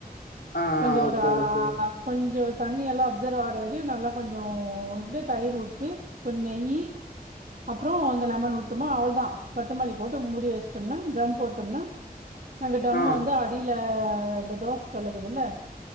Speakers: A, on the left; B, on the right.
A: ஆ ஆ
B: கொஞ்சோ
A: ஓகே
B: ஒரு ஆ
A: ஓகே
B: கொஞ்சோ தண்ணி எல்லா அப்சர் ஆவுர வரையு நல்லா கொஞ் கொஞ்சோன்டு தயிர்வுட்டு கொஞ் நெய் அப்புறோ அந்த லெமன் விட்டோம்மா அவ்ளதா கொத்தமல்லி போட்டு முடி வசிட்டம்னா ட்ரம் போட்டோம்னா நாங்க டம்
A: ஆ
B: வந்து அடியில ஆ இந்த தோச கல்லுக்குதில்ல